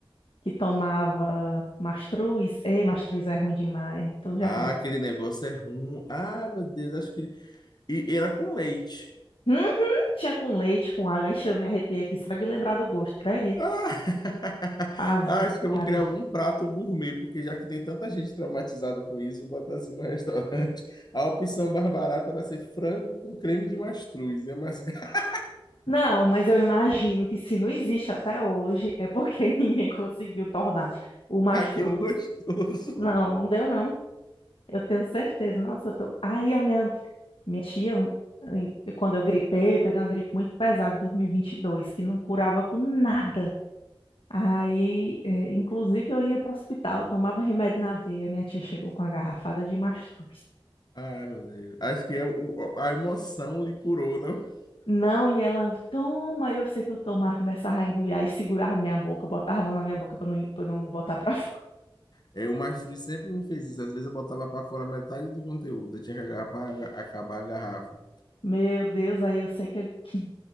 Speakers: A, on the left; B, on the left.
A: que tomava mastruz, ei, mastruz é ruim demais. Então já
B: Ah, aquele negócio é ruim. Ah, meu Deus, acho que. E era com leite.
A: Uhum, tinha com leite, com água. Ixi, eu me arrepiei aqui só de lembrar do gosto, acredito.
B: Ah, <laughs>
A: Ave
B: ah, acho que eu vou
A: Maria.
B: criar algum prato gourmet, porque já que tem tanta gente traumatizada com isso, vou botar assim no <laughs> restaurante. A opção mais barata vai ser frango com creme de mastruz. É mais <laughs>
A: Não, mas eu imagino que se não existe até hoje, é porque <laughs> ninguém conseguiu tornar o mastruz.
B: aquilo gostoso.
A: Não, não deu não. Eu tenho certeza. Nossa, eu tô... Aí a minha, minha tia, em- quando eu gripei, eu peguei uma gripe muito pesada em 2022, que não curava com nada. Aí, eh, inclusive, eu ia para o hospital, tomava remédio na veia. Minha tia chegou com a garrafada de mastruz.
B: Ai, meu Deus. Acho que é o- a emoção lhe curou, não?
A: Não, e ela, toma, eu sei que eu tomo, ela começava a engolir e segurava minha boca, botava a mão na minha boca pra não, pra não botar pra fora.
B: É, o mastruz sempre me fez isso. Às vezes eu botava para fora metade do conteúdo. Eu tinha que agarrar pra aga- acabar a garrafa.
A: <laughs> Meu Deus, aí eu sei que, eu- que